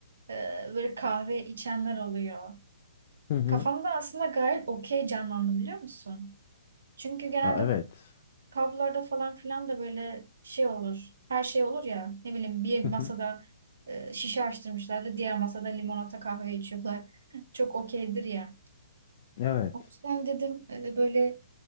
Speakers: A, on the right; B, on the left.
A: e, böyle kahve içenler oluyor.
B: hı hı.
A: Kafamda aslında gayet okey canlandı biliyor musun? Çünkü genelde
B: Aa, evet.
A: publarda falan filan da böyle şey olur. Her şey olur ya. Ne bileyim bir
B: Hı
A: masada
B: hı.
A: e, şişe açtırmışlar da diğer masada limonata kahve içiyorlar. <laughs> Çok okeydir ya.
B: Evet.
A: O yüzden dedim e, böyle